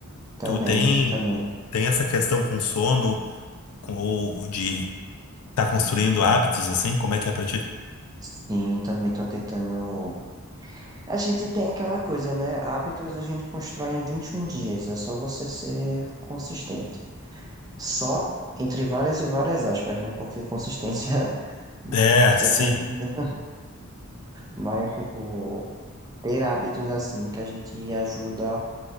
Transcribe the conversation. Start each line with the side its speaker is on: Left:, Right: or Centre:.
Right: Também,
Left: tu tem
Right: também.
Left: tem essa questão com sono com ou de tá construindo hábitos assim como é que é pra ti
Right: Sim, também tô tentando. A gente tem aquela coisa, né? Hábitos a gente constrói em 21 dias. É só você ser consistente. Só entre várias e várias aspas, né? Porque consistência <laughs>
Left: é sim
Right: depende. muito. Mas, tipo, ter hábitos assim que a gente ajuda